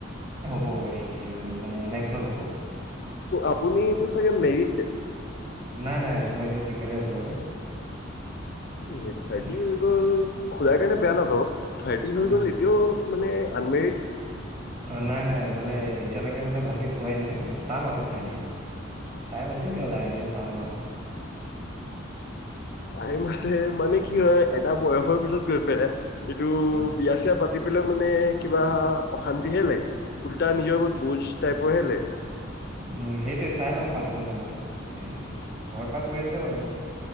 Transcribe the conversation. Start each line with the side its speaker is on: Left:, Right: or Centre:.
Right: পৰি মানে নেক্স মান হ'ব।
Left: আপুনিটো চাগে মেৰিত।
Right: নাই নাই মই এতিয়া চিংগলে আছো বাৰু
Left: এ থাৰ্টি
Right: মানে
Left: হৈ গল সুধা কাৰণে বেয়া নাপাওঁ থাৰ্টি হৈ
Right: উম,
Left: গল এতিয়াও মানে আনমেৰিড
Right: অ নাই নাই মানে এতিয়ালৈকে মানে ভালকে চোৱাই নাই চাম আৰু লাহে দিয়ে টাইম আছে এতিয়া লাহেকে চাম আৰু
Left: টাইম আছে মানে কি হয় এটা বয়সৰ পিছত গৈ পেলাই এইটো
Right: অ'
Left: বিয়া চিয়া পা তি পেল মানে কিবা অশান্তি হে লাগে। উল্টা নিজৰ বহুত বোজ টাইপৰ হে লাগে।
Right: উম সেইটোৱে চাই ল পাতো নেপাতো এ ঘৰ পৰা কৈ আছে বাৰু